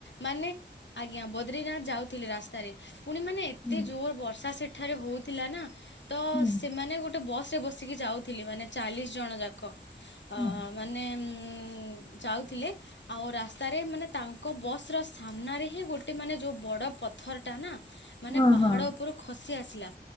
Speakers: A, on the left (about 85°); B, on the left (about 25°).
A: ମାନେ ଆଜ୍ଞା ବଦ୍ରିନାଥ ଯାଉଥିଲେ ରାସ୍ତାରେ ପୁଣି ମାନେ ଏତେ
B: ହୁଁ
A: ଜୋର୍ ବର୍ଷା ସେ ଠାରେ ହଉଥିଲା ନା ତ
B: ହୁଁ
A: ସେମାନେ ଗୋଟେ ବସ୍। ବସିକି ଯାଉଥିଲି ମାନେ ଚାଳିଶ ଜଣ ଯାକ। ଅ
B: ହୁଁ
A: ମାନେ ଉମ ଉ ଯାଉଥିଲେ ଆଉ ରାସ୍ତା ରାସ୍ତାରେ ମାନେ ତାଙ୍କ ବସ ର ସାମ୍ନାରେ ହିଁ ଗୋଟେ ମାନେ ଯୋଉ ବଡ ପଥରଟା ନା ମାନେ
B: ହଁ
A: ପାହାଡ
B: ହଁ
A: ଉପରୁ ଖସି ଆସିଲା।